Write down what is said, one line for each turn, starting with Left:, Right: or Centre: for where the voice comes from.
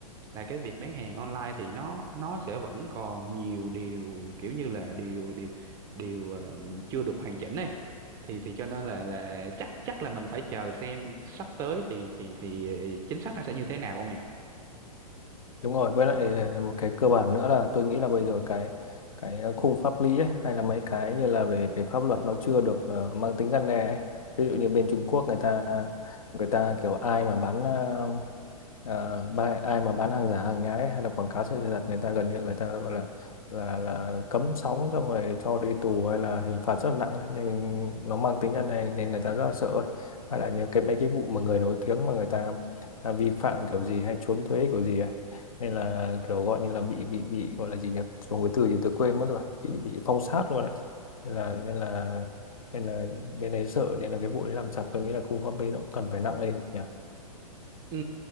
Right: là cái việc bán hàng online thì nó nó sẽ vẫn còn nhiều điều kiểu như là điều điều điều ờ, chưa được hoàn chỉnh này thì thì cho nên là là chắc chắc là mình phải chờ xem sắp tới thì thì thì ờ, chính sách nó sẽ như thế nào không nhỉ
Left: đúng rồi với lại ờ, một cái cơ bản nữa là tôi nghĩ là bây giờ cái cái ờ, khung pháp lý ấy, hay là mấy cái như là về về pháp luật nó chưa được ờ, mang tính răn đe ấy. Ví dụ như bên Trung Quốc người ta người ta kiểu ai mà bán ờ, Ờ, ba- ai mà bán hàng giả hàng nhái hay là quảng cáo sai sự thật người ta gần như người ta gọi là là là cấm sóng xong rồi cho đi tù hay là hình phạt rất là nặng nên nó mang tính chất này nên người ta rất là sợ ấy. hay là những cái mấy cái vụ mà người nổi tiếng mà người ta, ta vi phạm kiểu gì hay trốn thuế kiểu gì ấy. nên là kiểu gọi như là bị bị bị gọi là gì nhỉ dùng cái từ gì tôi quên mất rồi bị bị phong sát luôn đấy nên là nên là nên là bên đấy sợ nên là cái vụ đấy làm chặt tôi nghĩ là khung pháp lý nó cũng cần phải nặng lên nhỉ
Right: Ừ,